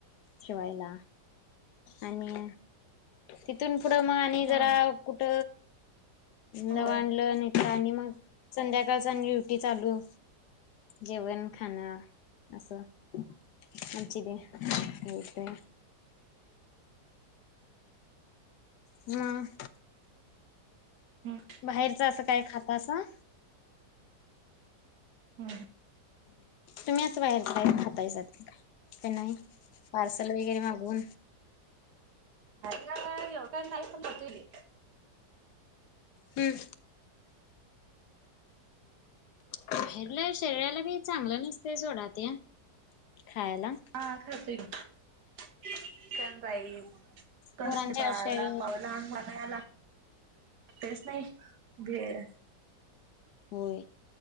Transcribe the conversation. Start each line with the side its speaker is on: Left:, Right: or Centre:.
Left: शिवायला आणि तिथून पुढं मग आणि
Right: हा
Left: जरा कुठ नव
Right: होय.
Left: आणलं आणि मग संध्याकाळच आणि ड्युटी चालू जेवण- खाणं असं, आमचु, <unintelligible> दे होय म
Right: हम
Left: बाहेरचं असं काय खातासा?
Right: हम्म
Left: तुम्ही असं बाहेरच काय खातायसा का की नाही? पार्सल वगैरे मागून
Right: ह एव काय नाही पण गतोली
Left: हम्म बाहेरला शरीराला बी चांगलं नसते सोडा ते, खायला.
Right: हा खातोय. <unintelligible> चिकन राईस, <inaudible> वडापाव,
Left: पोरांच्या आशेवर
Right: लहान मुलांना काय लागतय ते. तेच नाही भेळ
Left: होय.